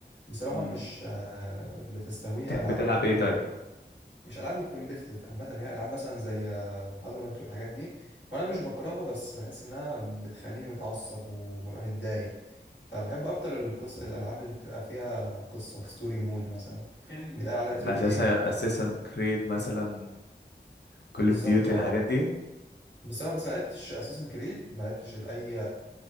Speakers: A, on the left (about 85°); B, on the left (about 70°).
A: بصراحة
B: مم.
A: مش آه، بتستهويني
B: بتحب
A: ألعاب
B: تلعب
A: ال-
B: ايه طيب
A: آه، مش ألعاب الكومبيتيتيف عامة اللي هي ألعاب مثلا زي فالورانت والحاجات دي وأنا مش بكرهها بس بحس إنها بتخليني متعصب وببقى متضايق فبحب أكتر القص... الألعاب اللي بتبقى فيها قصة ستوري مود مثلا كان بيتقال عليها تريبل
B: اساسا
A: إيه
B: اساسا كريد مثلا كول
A: بالظبط
B: اوف ديوتي
A: اه
B: الحاجات دي
A: بس انا بس ما لعبتش اساسن كريد ما لعبتش اي